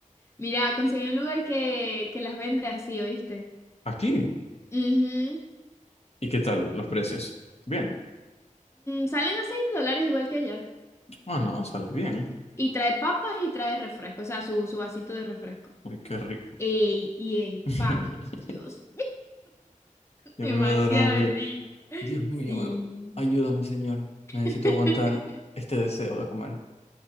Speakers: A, on the left (about 20°); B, on the left (about 50°).
A: Mira, conseguí un lugar que, que las vende así, ¿oíste?
B: Aquí.
A: Mhm.
B: ¿Y qué tal los precios? Bien.
A: salen a 6 dólares igual que allá.
B: Ah, no, sale bien.
A: Y trae papas y trae refresco, o sea, su, su vasito de refresco.
B: Uy, qué rico.
A: Ey, y el
B: <laughs>
A: pan. Dios,
B: Ya
A: demasiado
B: me va a dar hambre.
A: rico.
B: Dios mío,
A: Sí.
B: me- ayúdame, señor. Necesito
A: <laughs>
B: aguantar este deseo de comer.